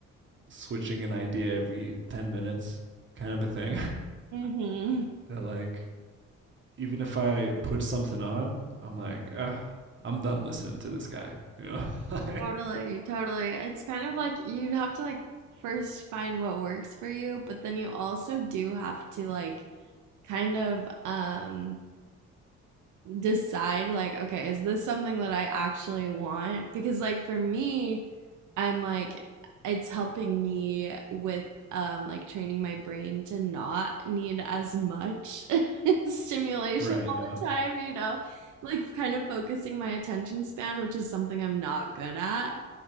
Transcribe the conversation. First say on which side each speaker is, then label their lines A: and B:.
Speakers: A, on the right; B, on the right.
A: switching an idea every 10 minutes kind of a thing.
B: Mhm.
A: <laughs> they like even if I put something on, I'm like, "Ugh, I'm done listening to this guy, you know? <laughs>
B: Totally, totally. It's kind of like you have to like first find what works for you, but then you also do have to like kind of um decide like, okay, is this something that I actually want? Because like for me, I'm like it's helping me with um like training my brain to not need as much <laughs> stimulation
A: Right,
B: all
A: yeah.
B: the time, you know, like kind of focusing my attention span, which is something I'm not good at.